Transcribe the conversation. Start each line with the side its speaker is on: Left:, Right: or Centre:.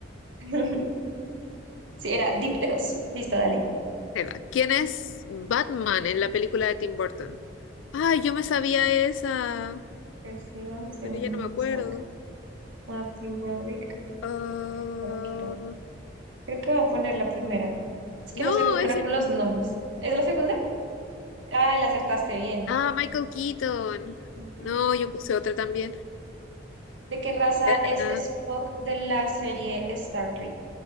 Right: <laughs> Sí, era dípteros. Listo, dale.
Left: Se va. ¿Quién es Batman en la película de Tim Burton? Ay, yo me sabía esa,
Right: Persigan, Sean
Left: pero ya no me
Right: Cusack,
Left: acuerdo.
Right: Matthew Broderick,
Left: Ah,
Right: Nicole Kidman. Creo que voy a poner la primera. Es que
Left: no,
Right: no soy muy buena
Left: ese
Right: con
Left: no.
Right: los nombres. ¿Es la segunda? Ay, la acertaste bien.
Left: Ah, Michael Keaton.
Right: Ujú.
Left: No, yo puse otra también.
Right: ¿De qué raza
Left: Ah,
Right: es Spock de la serie Star Trek?